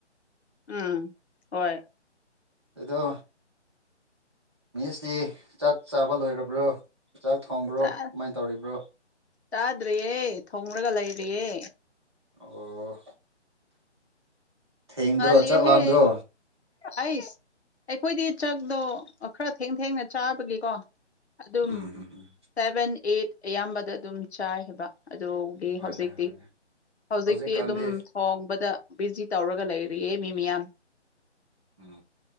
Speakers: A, on the left; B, on the right.
A: ꯎꯝ ꯍꯣꯏ
B: ꯑꯗꯣ ꯃꯤꯁꯇꯤ ꯆꯥꯛ ꯆꯥꯕ ꯂꯣꯏꯔꯕ꯭ꯔꯣ ꯆꯥꯛ ꯊꯣꯡꯕ꯭ꯔꯣ
A: ꯆꯥ
B: ꯀꯃꯥꯏꯅ ꯇꯧꯔꯤꯕ꯭ꯔꯣ
A: ꯆꯥꯗ꯭ꯔꯤꯌꯦ ꯊꯣꯡꯡꯂꯒ ꯂꯩꯔꯤꯌꯦꯦ
B: ꯑꯣ ꯊꯦꯡꯗ꯭ꯔꯣ
A: ꯑꯂꯍꯦ
B: ꯆꯥꯛ ꯂꯥꯝꯗ꯭ꯔꯣ
A: ꯑꯩꯁ ꯑꯩꯈꯣꯏꯗꯤ ꯆꯥꯛꯗꯣ ꯈꯔ ꯊꯦꯡ ꯊꯦꯡꯅ ꯆꯥꯕꯒꯤꯀꯣ ꯑꯗꯨꯝ
B: ꯎꯝ ꯎꯝ ꯎꯝ
A: ꯁꯚꯦꯟ ꯑꯩꯠ ꯑꯌꯥꯝꯕꯗ ꯑꯗꯨꯝ ꯆꯥꯏ ꯍꯥꯏꯕ ꯑꯗꯨꯒꯤ
B: ꯍꯣꯏꯅꯦ
A: ꯍꯧꯖꯤꯛꯇꯤ
B: ꯍꯣꯏꯅꯦ
A: ꯍꯧꯖꯤꯛꯇꯤ
B: ꯍꯧꯖꯤꯛꯀꯥꯟꯗꯤ
A: ꯑꯗꯨꯝ ꯊꯣꯡꯕꯗ ꯕꯤꯖꯤ ꯇꯧꯔꯒ ꯂꯩ ꯀꯌꯦ ꯃꯤꯃꯤꯌꯥꯝ
B: ꯎꯝ